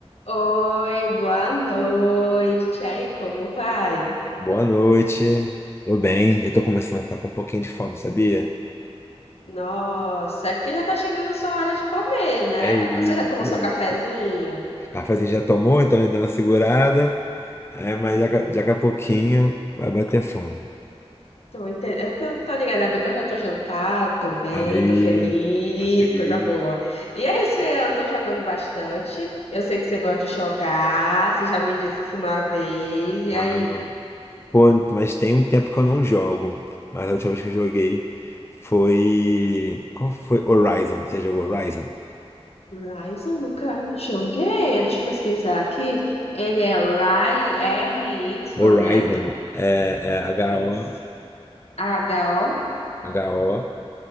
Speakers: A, on the left; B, on the left.
A: Oi, boa noite. E aí, como vai?
B: Boa noite. Tô bem, eu tô começando a ficar com um pouquinho de fome, sabia?
A: Nossa, é porque já tá chegando sua hora de comer, né?
B: É isso,
A: Você já tomou
B: é isso.
A: seu cafezinho?
B: O cafezinho já tomou, então já deu uma segurada. Aí, mas já, já daqui a pouquinho vai bater fome.
A: Tô, inte... eu tô, tô ligada, é porque eu já tô jantada, tô bem,
B: Aí,
A: tô feliz,
B: tá feliz.
A: coisa boa. E aí, você andou jogando bastante? Eu sei que você gosta de jogar, você já me disse isso uma vez. E
B: Ah,
A: aí?
B: pô, mas tem um tempo que eu não jogo. Mas a última vez que eu joguei foi. Qual foi? Horizon. Você já jogou Horizon?
A: Rise, eu nunca joguei. Deixa eu pesquisar aqui. Ele é Ry- R-Y,
B: Horizon
A: né?
B: é, é H-O,
A: Rise. H-O.
B: H-O